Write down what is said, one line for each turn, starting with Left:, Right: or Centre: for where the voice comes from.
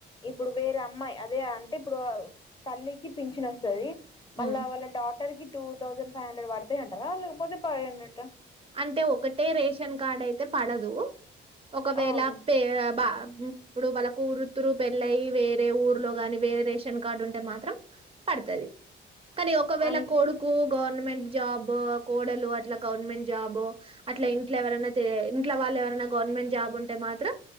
Left: ఇప్పుడు వేరే అమ్మాయి, అదే అంటే ఇప్పుడు ఆ తల్లికి పించిన్ ఓస్తాది.
Right: హ్మ్
Left: మళ్ళ వాళ్ళ డాటర్, కి టూ థౌజండ్ ఫైవ్ హండ్రెడ్ పడ్తాయి అంటారా, లేకపోతే పడయి అన్నట్ట.
Right: అంటే ఒకటే రేషన్ కార్డ్ అయితే పడదు. ఒకవేళ
Left: అవును
Right: పే బ, ఇప్పుడు వాళ్ళ కూరుతురు పెళ్ళయి వేరే ఊర్లో గాని, వేరే రేషన్ కార్డు ఉంటే మాత్రం పడ్ తది. కానీ ఒకవేళ
Left: అంతే
Right: కొడుకు గవర్నమెంట్ జాబ్, కోడలు అట్లా గవర్నమెంట్, జాబో, అట్లా ఇంట్లో ఎవరన్న, తే, ఇంట్లో వాళ్ళు ఎవరన్నా గవర్నమెంట్ జాబ్ ఉంటే మాత్రం,